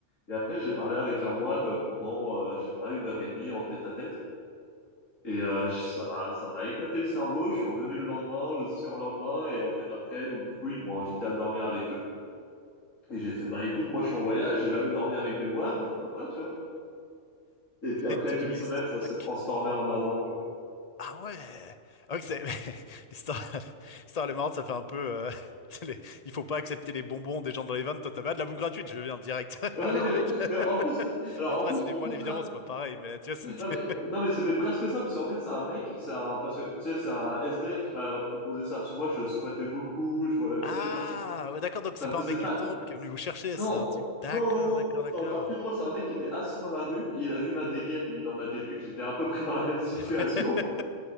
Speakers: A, on the left (about 85°); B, on the left (about 40°).
A: Et après, j'ai parlé avec un moine pendant, euh, je sais pas, une heure et demie en tête à tête. Et euh, je- ça m'a, ça m'a éclaté le cerveau. Je suis revenu le lendemain, le surlendemain, et en fait après, donc du coup, ils m'ont invité à dormir avec eux. Et j'ai fait, bah écoute, moi je suis en voyage, j'ai jamais dormi avec des moines, pourquoi pas, tu vois. Et puis
B: Fais
A: après,
B: Une to-do
A: d'une
B: list.
A: semaine, ça
B: Tac.
A: s'est transformé en un an, quoi.
B: Ah ouais! Ah oui, c'est... <laughs> L'histoire l'histoire, elle est marrante, ça fait un peu... euh, <laughs> tu sais, les- Il faut pas accepter les bonbons des gens dans les vannes. Toi, t'as pas de la bouffe gratuite, je viens direct. <laughs>
A: Ouais,
B: Allez,
A: non
B: les
A: mais,
B: mecs. <laughs>
A: mais en plus, t- alors
B: Bon, après,
A: en plus
B: c'est
A: pour
B: des moines,
A: tout
B: évidemment, c'est pas pareil, mais tu vois, c'était...
A: Non mais, non mais c'était presque ça parce qu'en fait c'est un mec, c'est un parce que tu sais c'est un SDF qui m'a proposé ça. Parce que moi je squattais beaucoup, je
B: <laughs>
A: vois,
B: Ah!
A: tu sais genre ça me,
B: ouais, D'accord, donc c'est
A: ça me
B: pas
A: faisait
B: un mec du
A: pas.
B: temple qui est venu vous chercher,
A: Non,
B: c'est un type... D'accord,
A: non non non,
B: d'accord,
A: c'est
B: d'accord.
A: encore plus drôle. C'est un mec qui était assis dans la rue, il a vu ma dégaine, il en a déduit que j'étais à peu près dans la même situation.
B: <laughs>